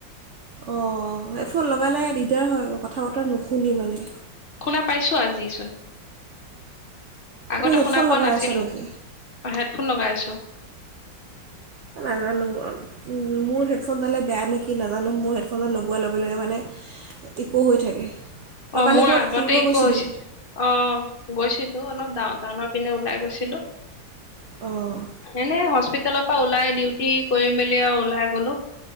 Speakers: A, on the right; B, on the left.
A: অ'এয়াৰফোন লগালে দিগদাৰ হয় আকৌ, কথা-বতৰা নুশুনি মানে।
B: শুনা পাইছো আজি চোন। আগতে
A: এতিয়া হেডফোন
B: শুনা পোৱা
A: লগাই
B: নাছিলো,
A: আছ নেকি
B: হেডফোন লগাই আছো।
A: নাজানো, আও। মোৰ হেডফোনডালে বেয়া নেকি নাজানো, মোৰ হেডফোনডাল লগোৱাৰ লগে লগে মানে ইকো হৈ থাকে, তই
B: অ
A: কালি
B: মোৰ
A: ক'ৰবাত
B: আগতে
A: ফুৰিব
B: একো
A: গৈছিলি?
B: হৈছে অ', গৈছিলো, অলপ ডাও টাউনৰ পিনে ওলাই গৈছিলো।
A: অ'।
B: এনেই হস্পিতালৰ পৰা ওলাই ডিউটি কৰি মেলি আৰু ওলাই গ'লো।